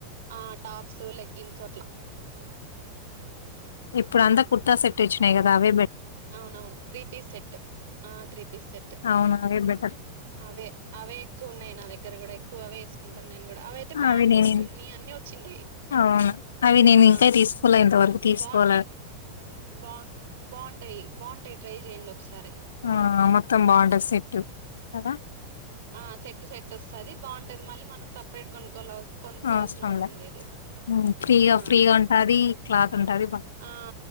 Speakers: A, on the right; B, on the left.
A: ఆ టాప్స్ లెగ్గిన్స్ అట్ల
B: ఇప్పుడంతా కుర్తా సెట్టొచ్చినాయి గదా అవే బె
A: అవునవును త్రీ పీస్ సెట్ ఆ త్రీ పీస్ సెట్
B: అవును అవే బెటర్
A: అవే అవే ఎక్కువున్నాయి నా దగ్గర కూడా ఎక్కువ అవే వేసుకుంటాను నేను కూడా అవియితే ప్యాంటు
B: అవి నేను
A: చున్నీ అన్ని వచ్చింటాయి
B: అవును అవి నేనికా
A: ఆ
B: తీసుకోలే ఇంతవరకు తీసుకోవాల
A: బాగుంటాయి బా బాగుంటాయి బాగుంటాయి ట్రై చెయండి ఒకసారి
B: ఆ మొత్తం బార్డర్ సెట్టు కదా
A: ఆ సెట్ సెట్ వస్తుది బాగుంటది మళ్ళీ మనం సపరేట్గాను కొల కొనుక్కల్సిన
B: అవసరంలే
A: అవసరం లేదు
B: ఉమ్, ఫ్రీగా
A: ఆ
B: ఫ్రీగా ఉంటది క్లాత్ ఉంటది బా-
A: ఆ